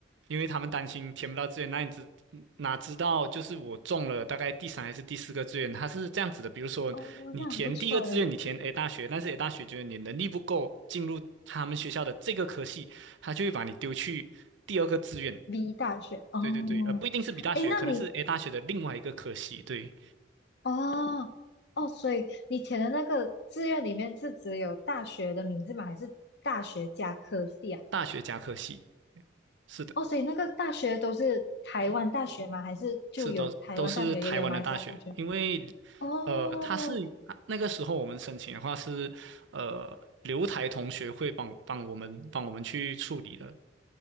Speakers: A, on the right; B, on the left.
A: 因为他们担心填不到志愿，那你知哪知道就是我中了大概第三还是第四个志愿，它是这样子的，比如说你填第一个志愿，
B: 哦，那很不错诶。
A: 你填 A 大学，但是 A 大学觉得你能力不够进入他们学校的这个科系，他就会把你丢去第二个志愿。
B: B 大学哦，
A: 对对对，呃，不一定是 B 大学，
B: 诶，那你
A: 可能是 A 大学的另外一个科系，对，
B: 哦哦，所以你填的那个志愿里面是只有大学的名字吗？还是大学加科系啊？
A: 大学加科系，是的。
B: 哦，所以那个大学都是台湾大学吗？还是就有台湾大学，
A: 是都都是台湾的大学，
B: 也有马来西亚大学？
A: 因为
B: 哦，
A: 呃，他是那个时候我们申请的话是呃留台同学会帮帮我们帮我们去处理的，